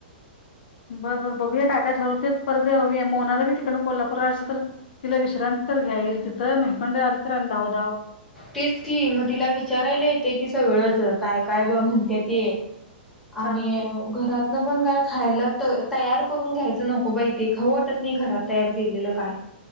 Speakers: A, on the left (about 60°); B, in the centre.
A: बरं बर बघूया काय काय ठरवते पर हवी मोनाला बी तिकड कोल्हापूर तर तिला विश्रांत तर घ्याईल तिथं मकंड आली तर आणि धावधाव
B: तेच की मग तिला विचारायला येते की सगळंच काय काय ब म्हणते त्या ते
A: चालतंय
B: आणि घरात पण काय खायला तयार करून घ्यायचं नको बा तेे खऊ वाटत नाही घरात तयार केलेलं काय